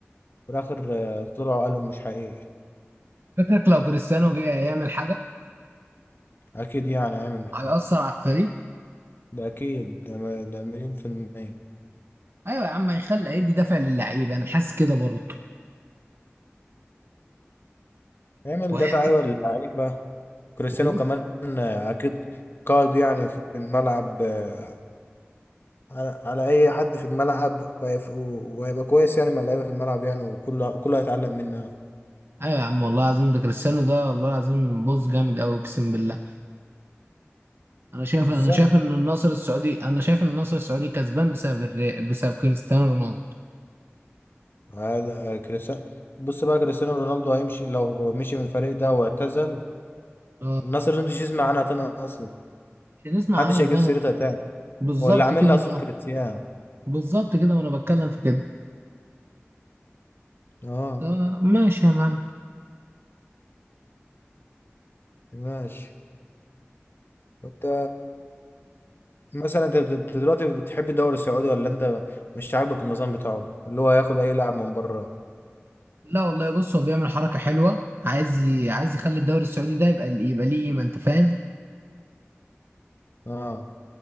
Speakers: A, on the left; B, on the right.
A: في الآخر آه، طلعوا قالوا مش حقيقي
B: فكرك لو كريستيانو جه يعمل حاجه
A: أكيد يعني هيعمل محمد
B: هيأثر على الفريق
A: ده أكيد ده, ده مليون في المية
B: ايوه يا عم هيخلي هيدي دافع للعيبه انا حاسس كده برضه
A: هيعمل
B: وهيعمل
A: دفع أيوة للعيبة كريستيانو
B: بص
A: كمان آه، اكيد قائد يعني في الملعب آه، على على اي حد في الملعب وهيف- وهيبقى كويس يعني مع اللعيبه في الملعب يعني وكله وكله هيتعلم منه يعني.
B: ايوه يا عم والله العظيم ده كريستيانو ده والله العظيم بص جامد قوي اقسم بالله انا شايف
A: بالظبط
B: انا شايف ان النصر السعودي انا شايف ان النصر السعودي كسبان بسبب الري... بسبب كريستيانو رونالدو
A: هذا آه، كريستيانو بص بقى كريستيانو رونالدو هيمشي لو مشي من الفريق ده واعتزل
B: آه.
A: الناس اللي مش يسمع عنها تاني اصلا
B: مش هتسمع
A: محدش
B: عنها
A: هيجيب
B: تاني
A: سيرتها
B: بقى.
A: تاني
B: بالظبط
A: ولا عامل
B: كده
A: لها صوت
B: ما
A: كريستيانو
B: بالظبط كده ما انا بتكلم في كده
A: اه
B: آه، ماشي يا معلم
A: ماشي وانت مثلا انت بت- أنت دلوقتي بتحب الدوري السعودي ولا انت مش عاجبك النظام بتاعه اللي هو هياخد اي لاعب من بره
B: لا والله بص هو بيعمل حركة حلوة عايز ي- عايز يخلي الدوري السعودي ده يبقى يبقى ليه قيمة انت فاهم
A: اه